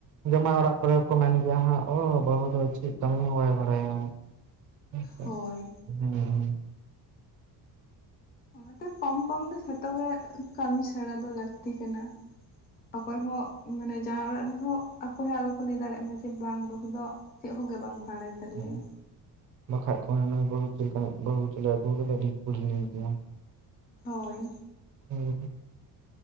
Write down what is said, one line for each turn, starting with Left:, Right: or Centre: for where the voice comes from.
Right: ᱡᱟᱢᱟᱭ ᱚᱱᱟᱜ ᱠᱚᱨᱮ ᱠᱚ ᱢᱮᱱ ᱜᱮᱭᱟ ᱦᱟᱸᱜ ᱚ ᱵᱟᱹᱦᱩ ᱫᱚ ᱪᱮᱫ ᱠᱟᱹᱢᱤ ᱦᱚᱸ ᱵᱟᱭ ᱵᱟᱲᱟᱭᱟ ᱾ ᱦᱮᱸ ᱥᱮ
Left: ᱦᱳᱭ
Right: ᱦᱩᱸ ᱾
Left: ᱚᱱᱟᱛᱮ ᱠᱚᱢ ᱠᱚᱢ ᱫᱚ ᱡᱷᱚᱛᱚ ᱜᱮ ᱠᱟᱹᱢᱤ ᱥᱮᱲᱟ ᱫᱚ ᱞᱟᱹᱠᱛᱤ ᱠᱟᱱᱟ ᱾ ᱚᱠᱚᱭ ᱦᱚ ᱢᱟᱱᱮ ᱡᱟᱣᱟᱸᱭ ᱚᱲᱟᱜ ᱨᱮᱦᱚᱸ ᱚᱠᱚᱭ ᱦᱚᱸ ᱟᱞᱚ ᱠᱚ ᱞᱟᱹᱭ ᱫᱟᱲᱮᱭᱟᱜ ᱢᱟ ᱡᱮ ᱵᱟᱝ ᱵᱟᱹᱦᱩ ᱫᱚ ᱪᱮᱫ ᱦᱚᱸ ᱜᱮ ᱵᱟᱝ ᱵᱟᱲᱟᱭ ᱛᱟᱞᱮᱭᱟᱭ
Right: ᱦᱩᱸᱜ-ᱩ ᱾ <inaudible> ᱵᱟᱠᱷᱟᱡ ᱠᱚ ᱢᱮᱱᱟ ᱵᱟᱹᱵᱩ ᱪᱮᱫ ᱞᱮᱠᱟᱱᱤᱡ ᱵᱟᱹᱦᱩ ᱪᱚᱞᱮ ᱟᱹᱜᱩ ᱠᱟᱫᱮᱭᱟ ᱟᱹᱰᱤ ᱠᱩᱴᱱᱤ ᱜᱮᱭᱟ ᱾
Left: ᱦᱳᱭ ᱾
Right: ᱦᱮᱸ ᱾